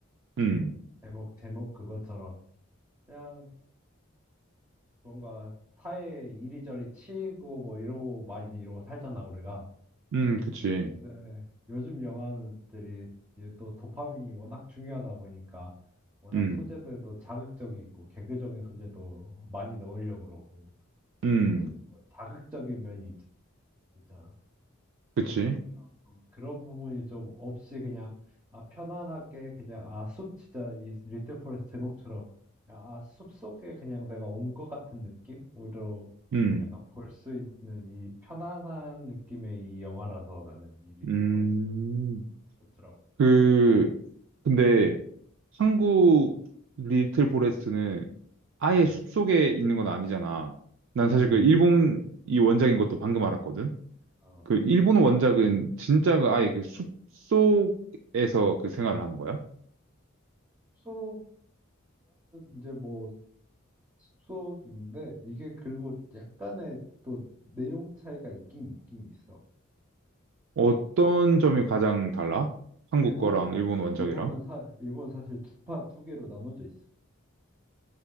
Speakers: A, on the right; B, on the right.
A: 음.
B: 제목 제목 그것처럼 그냥 뭔가 사회 이리저리 치이고 뭐 이러고 많이 이러고 살잖아 우리가.
A: 음, 그치.
B: 근데 요즘 영화들이 이제 또 도파민이 워낙 중요하다 보니까 워낙
A: 음.
B: 소재들도 자극적이고 개그적인 소재도 많이 넣으려고 그러고 좀
A: 음.
B: 전체적으로 자극적인 면이 있, 잖아
A: 그치.
B: 어, 그런 부분이 좀 없이 그냥 아 편안하게 그냥 아 숲 진짜 이 리틀 포레스트 제목처럼 아숲 속에 그냥 내가 온 것 같은 느낌으로
A: 음.
B: 약간 볼 수 있는 이 편안한 느낌의 이 영화라서 나는 이 리틀
A: 음.
B: 포레스트가 좋더라고.
A: 그 근데 한국 리틀 포레스트는 아예
B: 음.
A: 숲속에 있는 건 아니잖아. 난 사실
B: 그치.
A: 그 일본 이 원작인 것도 방금 알았거든.
B: 어,
A: 그 일본 원작은 진짜가 아예 그 숲속에서 그 생활을 하는 거야?
B: 숲속이라면 이제 뭐 숲속인데 이게 그리고 약간의 또 내용 차이가 있긴 있긴 있어.
A: 어떤 점이 가장 달라? 한국
B: 일본은
A: 거랑 일본 원작이랑?
B: 일본은 사 일본 사실 두 파, 두 개로 나눠져 있어.